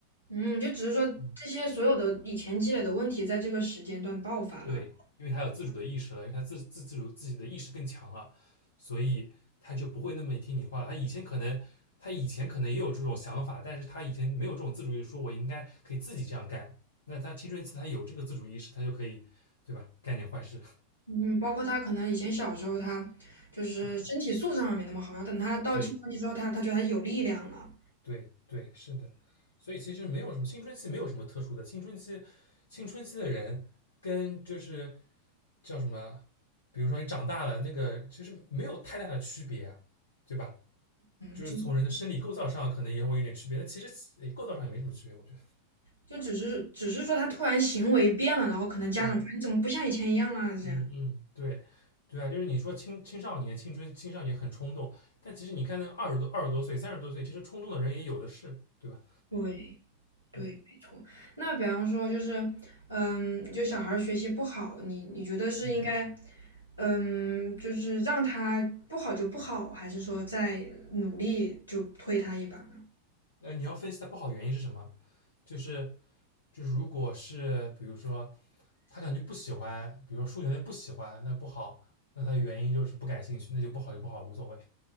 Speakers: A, on the left; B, on the left.
A: 嗯，就只是说这些所有的以前积累的问题，
B: 嗯，
A: 在这个时间段爆发了，
B: 对，因为他有自主的意识了，因为他自自自主自己的意识更强了，所以他就不会那么听你话了。他以前可能，他以前可能也有这种想法，但是他以前没有这种自主意识，说我应该可以自己这样干。那他青春期他有这个自主意识，他就可以，对吧？干点坏事。
A: 嗯，包括他可能以前小时候他就是身体素质上面没那么好，
B: <laughs> 嗯，
A: 然后等他到青春期之后，
B: 对
A: 他他觉得他有力量了，
B: 对对，是的。所以其实没有什么青春期，没有什么特殊的。青春期，青春期的人跟就是叫什么？比如说你长大了，那个其实没有太大的区别啊，对吧？就是从人的生理构造上可能也会有点区别，
A: 嗯，就
B: 但其实诶构造上也没什么区别，我觉得。
A: 就只是只是说他突然行为变了，然后可能家长觉得你怎么不像以前一样啦这样。
B: 嗯嗯嗯，对对啊，就是你说青青少年、青春、青少年很冲动，但其实你看那个二十多、二十多岁、三十多岁，其实冲动的人也有的是，对吧？
A: 对对，
B: 嗯
A: 没错。那比方说就是，嗯，就小孩儿学习不好，你你觉得是应该，
B: 嗯，
A: 嗯，就是让他不好就不好，还是说再努力就推他一把？
B: 那你要分析它不好原因是什么？就是就是如果是比如说他可能就不喜欢，比如说数学他就不喜欢，那不好，那他原因就是不感兴趣，那就不好就不好，无所谓。